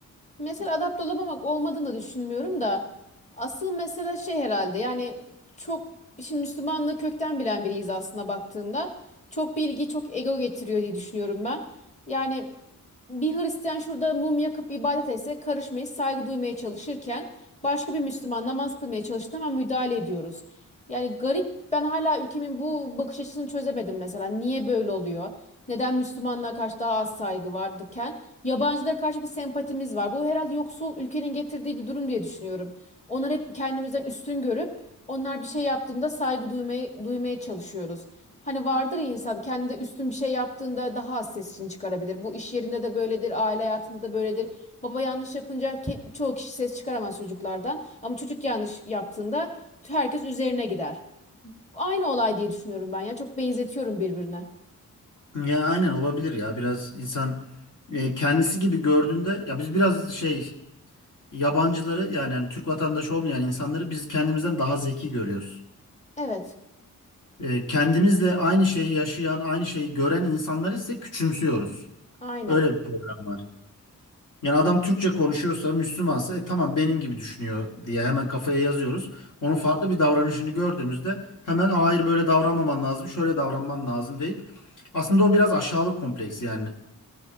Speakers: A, on the left (about 20°); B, on the left (about 65°).
A: Mesela adapte olamamak olmadığını düşünmüyorum da asıl mesele şey herhalde yani çok şimdi Müslümanlığı kökten bilen biriyiz aslında baktığında. Çok bilgi çok ego getiriyor diye düşünüyorum ben. Yani bir Hristiyan şurada mum yakıp ibadet etse karışmayı saygı duymaya çalışırken başka bir Müslüman namaz kılmaya çalıştığında hemen müdahale ediyoruz. Yani garip ben hala ülkemin bu bakış açısını çözemedim mesela. Niye böyle oluyor? Neden Müslümanlara karşı daha az saygı vardıken yabancılara karşı bir sempatimiz var. Bu herhalde yoksul ülkenin getirdiği bir durum diye düşünüyorum. Onları hep kendimizden üstün görüp onlar bir şey yaptığında saygı duymaya, duymaya çalışıyoruz. Hani vardır ya insan kendi üstün bir şey yaptığında daha az sesini çıkarabilir. Bu iş yerinde de böyledir, aile hayatında da böyledir. Baba yanlış yapınca ke- çoğu kişi ses çıkaramaz çocuklardan. Ama çocuk yanlış yaptığında herkes üzerine gider. Aynı olay diye düşünüyorum ben ya. Çok benzetiyorum birbirine.
B: Ya aynen olabilir ya biraz insan e, kendisi gibi gördüğünde ya biz biraz şey yabancıları yani, hani Türk vatandaşı olmayan insanları biz kendimizden daha zeki görüyoruz.
A: Evet,
B: E, kendimizle aynı şeyi yaşayan aynı şeyi gören insanları ise küçümsüyoruz.
A: aynen.
B: Öyle bir problem var. Yani adam Türkçe konuşuyorsa, Müslümansa e, tamam benim gibi düşünüyor diye hemen kafaya yazıyoruz. Onun farklı bir davranışını gördüğümüzde hemen hayır böyle davranmaman lazım, şöyle davranman lazım deyip aslında o biraz aşağılık kompleksi yani.